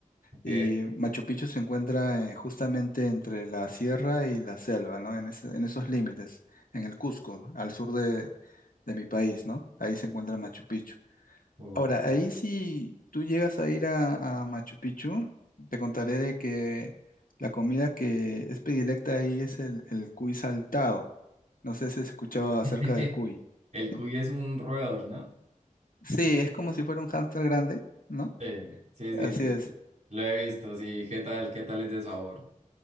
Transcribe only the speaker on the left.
Y Machu Picchu se encuentra eh, justamente entre la sierra y la selva, ¿no? En, ese- en esos límites, en el Cusco, al sur de, de mi país, ¿no? Ahí se encuentra Machu Picchu.
Ahora, ahí si tú llegas a ir a, a Machu Picchu, te contaré de que la comida que es predilecta ahí es el, el cuy saltado. No sé si has escuchado acerca
del cuy.
<laughs>
Sí, es como si fuera un hámster grande, ¿no?
Así
es.